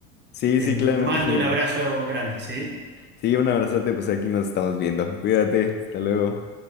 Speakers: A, on the left (about 30°); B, on the right (about 25°).
A: Sí,
B: Te
A: sí,
B: mando
A: claro. <laughs>
B: un abrazo grande, ¿sí?
A: Sí, un abrazote, pues aquí nos estamos viendo. Cuídate, hasta luego.